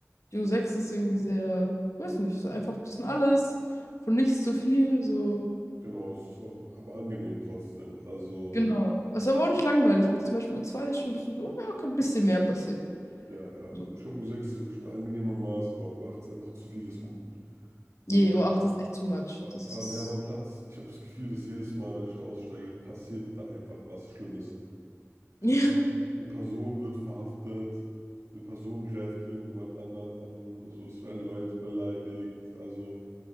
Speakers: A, on the left; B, on the right.
A: Dio 6 ist irgendwie sehr, weiß nicht, so einfach ein bisschen alles, von nichts zu viel, so.
B: Genau, es ist auch aber angenehm trotzdem. Also
A: Genau. Ist aber auch nicht langweilig, weil zum Beispiel U2 ist schon ein bisschen so, ja, kann ein bisschen mehr passieren.
B: ja, ja.
A: So.
B: Ich glaube, U6 ist wirklich ein angenehmer Maß, aber U8 ist einfach zu vieles Guten.
A: Je,
B: Also
A: U8 ist echt too much.
B: Vor,
A: Das
B: vor
A: ist.
B: allem Hermannplatz. Ich habe das Gefühl, dass jedes Mal, wenn ich da aussteige, passiert da einfach was Schlimmes. Entweder
A: <laughs> Ja,
B: eine Person wird verhaftet, eine Person greift irgendjemand anderen an, so, es werden Leute beleidigt. Also